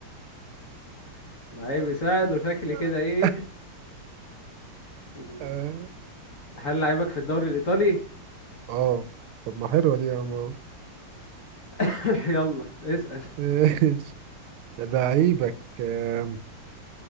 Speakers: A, on the left; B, on the right.
A: <laughs> لعيب يساعد وشكلي
B: <laughs>
A: كده ايه مم.
B: اه
A: هل لعيبك في الدوري الايطالي
B: آه. طب ما حلوة دي يا عم
A: <laughs> يلا اسال
B: ماشي لعيبك آم،